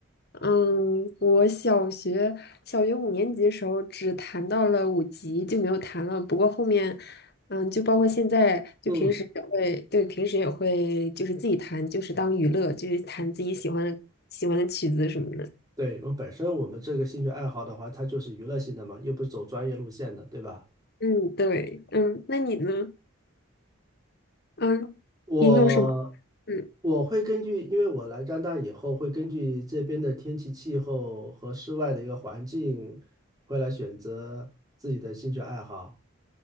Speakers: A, on the left; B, on the right.
A: 嗯，我小学小学五年级的时候只弹到了五级，就没有弹了。不过后面，嗯，就包括现在，就平时也会，
B: 嗯，
A: 对，平时也会就是自己弹，就是当娱乐，就是弹自己喜欢的喜欢的曲子什么的。
B: 对，我本身我们这个兴趣爱好的话，它就是娱乐性的嘛，又不是走专业路线的，对吧？
A: 嗯，对，嗯，那你呢？嗯，
B: 我
A: 你有什么？嗯
B: 我会根据，因为我来加拿大以后，会根据这边的天气、气候和室外的一个环境，会来选择自己的兴趣爱好。